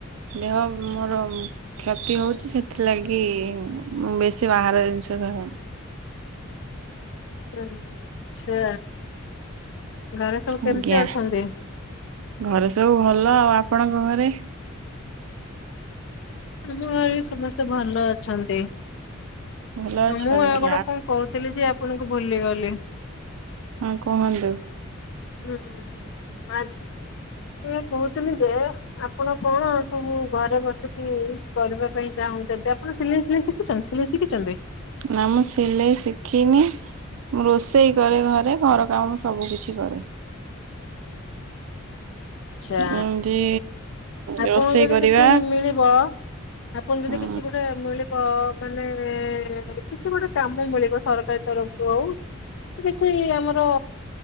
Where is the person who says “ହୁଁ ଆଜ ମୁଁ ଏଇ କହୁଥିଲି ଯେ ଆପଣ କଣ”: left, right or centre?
Left